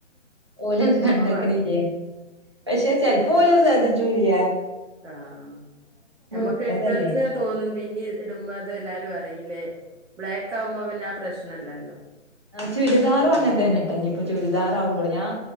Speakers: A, on the right (about 20°); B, on the right (about 70°).
A: ഓലത് കണ്ടക്കണില്ലേ
B: ഉമ്മ പറയും
A: പക്ഷെ ചെലപ്പോ ഓല ശ്രദ്ധി ട്ടുല്ല
B: ആഹ് ഞമ്മക്ക്
A: ഇട്ടതല്ലേ
B: ഇട്ടൽക്ക് തോന്നും പിന്നീ ഇടുമ്പോ അത് എല്ലാരും അറിയില്ലേ, ബ്ലാക്ക് ആവുമ്പോ പിന്നെ ആ പ്രശ് ഇന്നല്ലല്ലോ.
A: ആ ചുരിദാറും അങ്ങനത്തെ തന്നെട്ടാ ഇനിയിപ്പൊ ചുരിദാറ ആവുമ്പോൾ ഞാൻ